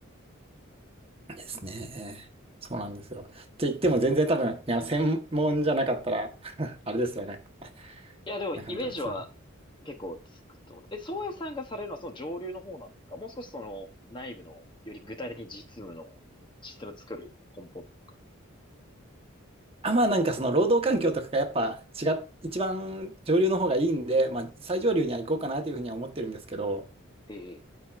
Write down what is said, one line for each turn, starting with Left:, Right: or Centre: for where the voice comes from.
Right: ですね。そうなんですよ。って言っても全然多分、ね、あの専門じゃなかったら <laughs> あれですよね。
Left: いや、でも、
Right: なかなか伝わる。
Left: イメージは結構つくと思う。え、宗谷さんがされるのはその上流の方なのか、もう少しその内部の、より具体的に実務のシステムを作る根本なのか。
Right: あ、まあなんかその労働環境とかがやっぱ違っ、一番上流の方がいいんで、まあ最上流には行こうかなというふうには思ってるんですけど、
Left: ええ